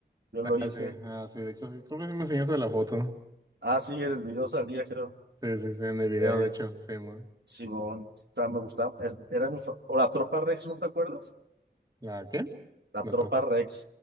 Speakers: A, on the right; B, on the right.
A: Yo lo hice.
B: Ah, sí, ah, sí, de hecho, creo que sí me enseñaste la foto.
A: Ah, sí, en el video salía, creo.
B: Sí, sí, sí, en el video,
A: Eh,
B: de hecho, sí, man.
A: Simón, está, me gustaba. er- Era mi fa- O la tropa Rex, ¿no te acuerdas?
B: ¿La qué?
A: La
B: La
A: tropa Rex.